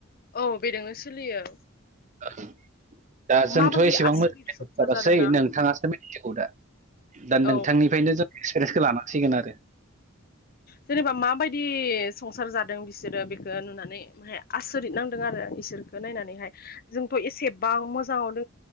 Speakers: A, on the left; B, on the right.
A: औ बेदोंनो सोलियो।
B: <unintelligible> दा जोंथ'
A: माबायदि
B: एसेबां
A: आसरित
B: मोजां
A: संसार
B: जाबासै
A: जादोंना
B: नोंथाङासो <unintelligible> दा। दा नोंथांनिफ्रायनो
A: औ
B: जों एक्सपिरियेन्सखौ लानांसिगोन आरो।
A: जेनेबा माबायदि संसार जादों बिसोरो बेखौ नुनानै माय आसरिद नांदों आरो इसोरखौ नायनानैहाय जोंथ' एसेबां मोजाङाव द